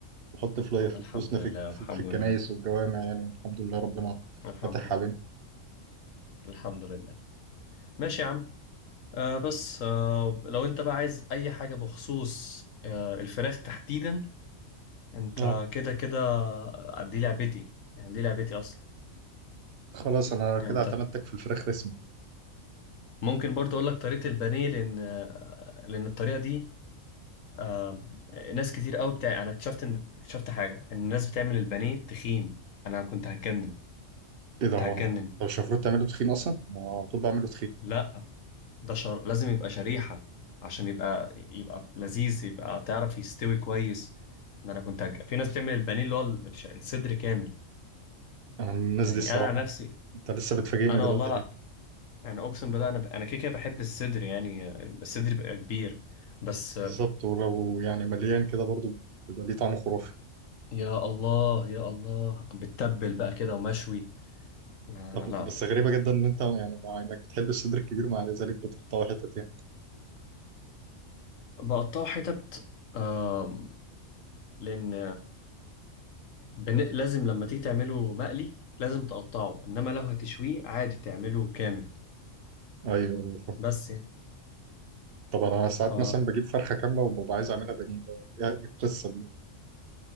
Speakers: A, on the right; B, on the left.
A: نحط فلاير في
B: الحمد
A: فلوسنا
B: لله
A: في في,
B: الحمد
A: في الكنايس
B: لله
A: والجوامع يعني الحمد لله ربنا
B: الحمد
A: فاتح
B: لله
A: علينا
B: الحمد لله ماشي يا عم آه بس آه لو انت بقى عايز اي حاجة بخصوص آه الفراخ تحديدا انت
A: اه
B: كده كده آه، دي لعبتي يعني دي لعبتي اصلا
A: خلاص انا
B: يعني
A: كده
B: انت
A: اعتمدتك في الفراخ رسمي
B: ممكن برضه اقول لك طريقه البانيه لان آه، لان الطريقه دي آه، ناس كتير قوي بتاع انا اكتشفت ان اكتشفت حاجه ان الناس بتعمل البانيه تخين انا كنت هتجنن كنت
A: ايه ده هو
B: هتجنن
A: انا انت مش المفروض تعمله تخين اصلا انا على طول بعمله تخين
B: لا ده شر... لازم يبقى شريحه عشان يبقى يبقى لذيذ يبقى تعرف يستوي كويس ده انا كنت هج... في ناس بتعمل البانيه اللي هو الش- الصدر كامل
A: انا من الناس
B: يعني
A: دي الصراحه
B: انا عن نفسي
A: انا انت لسه بتفاجئني
B: انا
A: دلوقتي
B: والله لا
A: ها
B: يعني اقسم بالله انا ب... انا كده كده بحب الصدر يعني الصدر بيبقى كبير بس
A: بالظبط ولو يعني مليان كده برضو بيبقى ليه طعم خرافي
B: يا الله يا الله بتتبل بقى كده ومشوي ما-
A: طب
B: لا
A: بس
B: لا
A: غريبه جدا ان انت يعني مع انك بتحب الصدر الكبير مع ذلك بتقطعه حتت يعني
B: بقطعه حتت آم، لأن بن... لازم لما تيجي تعمله مقلي لازم تقطعه إنما لو هتشويه عادي تعمله كامل
A: ايوه ايوه فاهم.
B: بس يعني
A: طب انا ساعات
B: ف
A: مثلا بجيب فرخه كامله وببقى عايز اعملها بانيه ده يعني إيه القصه دي يعني؟